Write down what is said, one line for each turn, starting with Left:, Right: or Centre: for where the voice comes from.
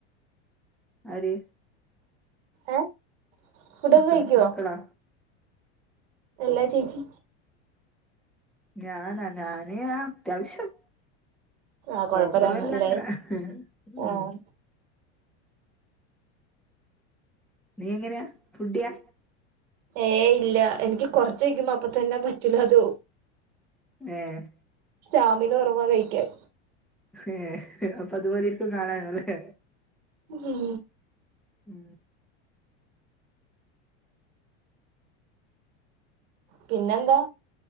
Centre: ആര്
Right: ഏഹ് ഫുഡൊക്കെ
Centre: മക്കള
Right: കഴിക്കോ
Centre: മക്കളാ
Right: എല്ലാ ചേച്ചി
Centre: ഞാനാ ഞാന് ആ അത്യാവശ്യം
Right: ആഹ് കൊഴപ്പല്ലാന്ന്
Centre: ഓവറൂ അല്ല
Right: അല്ലേ
Centre: അങ്ങനെ ഉം
Right: ആഹ്
Centre: നീ എങ്ങനെയാ ഫുഡിയാ
Right: ഏയ് ഇല്ല എനിക്ക് കൊറച്ചയ്ക്കുമ്പോ അപ്പ തന്നെ പറ്റൂല അത്
Centre: ഏഹ്
Right: സ്റ്റാമിന കൊറവാ കയിക്കാൻ
Centre: ഏഹ് അപ്പ അതുപോലെ ഇരിക്കും കാണാനും അല്ലേ
Right: ഉം
Centre: ഉം
Right: പിന്നന്താ